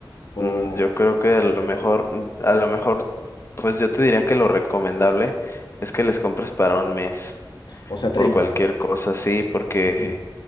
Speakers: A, on the left (about 70°); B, on the left (about 35°).
A: o,
B: mm, yo creo que a lo mejor, mm, a lo mejor, pues yo te diría que lo recomendable es que les compres para un mes,
A: O sea,
B: por
A: treinta
B: cualquier cosa sí porque
A: Ujú.